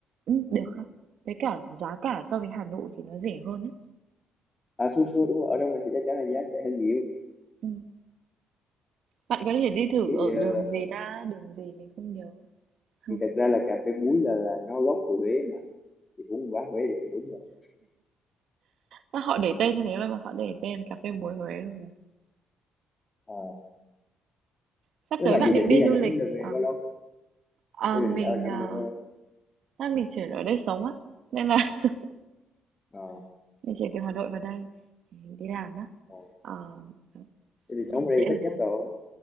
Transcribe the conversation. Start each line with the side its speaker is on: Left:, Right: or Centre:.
Right: ừ, được không với cả giá cả so với Hà Nội thì nó rẻ hơn ấy.
Left: À xua xua đúng rồi, ở đâu này thì chắc chắn là giá rẻ hơn nhiều.
Right: Ừ. Bạn có thể đi thử
Left: Thì
Right: ở
Left: ờ,
Right: đường gì ta? Đường gì mình không nhớ. Hông,
Left: thì thật ra là cà phê muối là là nó gốc từ Huế mà thì uống quán Huế thì cũng đúng rồi.
Right: sao họ để tên như thế luôn mà họ để tên là cà phê muối Huế luôn mà.
Left: Ờ,
Right: Sắp
Left: thế
Right: tới
Left: mà
Right: bạn
Left: dự
Right: định
Left: định
Right: đi
Left: đi Đà
Right: du
Left: Nẵng
Right: lịch,
Left: được này
Right: ờ,
Left: bao lâu?
Right: ờ,
Left: Thế
Right: mình,
Left: định ở Đà Nẵng
Right: ờ,
Left: được bao lâu?
Right: chắc mình chuyển ở đây sống á, nên là <laughs>
Left: Ờ,
Right: mình chuyển từ Hà Nội vào đây, mình đi làm á,
Left: ờ.
Right: ờ, ờ,
Left: thế thì
Right: chắc
Left: sống
Right: mình
Left: ở đây
Right: sẽ ở
Left: thích
Right: đây.
Left: nhất rồi.